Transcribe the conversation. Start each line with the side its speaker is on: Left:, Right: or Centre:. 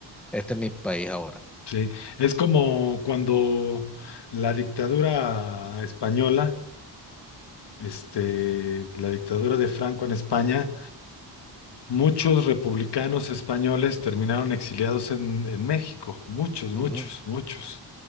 Centre: este es mi país ahora.
Left: Sí, es como cuando la dictadura española, este, la dictadura de Franco en España, muchos republicanos españoles terminaron exiliados en, en México, muchos, muchos,
Centre: Ujú.
Left: muchos.